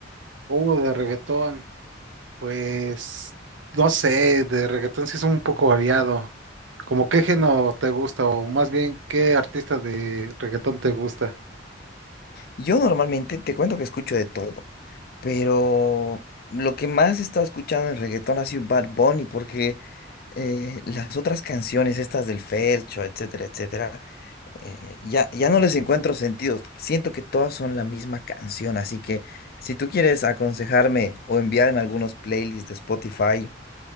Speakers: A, on the right; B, on the left.
A: Uh, de reggaetón. Pues no sé, de reggaetón sí es un poco variado. ¿Cómo qué género te gusta? O más bien, ¿qué artista de reggaetón te gusta?
B: Yo normalmente te cuento que escucho de todo. Pero lo que más he estado escuchando en reggaetón ha sido Bad Bunny, porque eh, las otras canciones, estas del Fercho, etcétera, etcétera, eh, ya, ya no les encuentro sentido. Siento que todas son la misma canción, así que si tú quieres aconsejarme o enviarme algunos playlists de Spotify,